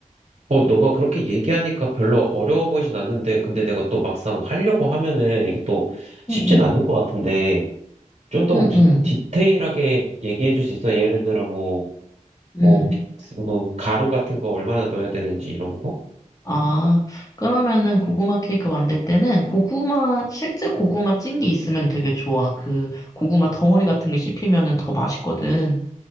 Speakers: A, on the right (about 60°); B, on the left (about 25°).
A: 어, 너가 그렇게 얘기하니까 별로 어려워 보이진 않는데, 근데 내가 또 막상 하려고 하면은 이게 또 쉽진
B: 응응.
A: 않을 것 같은데, 좀 더
B: 응응.
A: 혹시 디테일하게 얘기해 줄 수 있어? 예를 들어 뭐,
B: 음.
A: 뭐, 뭐, 가루 같은 거 얼마나 넣어야 되는지 이런 거?
B: 아, 그러면은 고구마 케이크 만들 때는 고구마 실제 고구마 찐 게 있으면 되게 좋아. 그 고구마 덩어리 같은 게 씹히면은 더 맛있거든.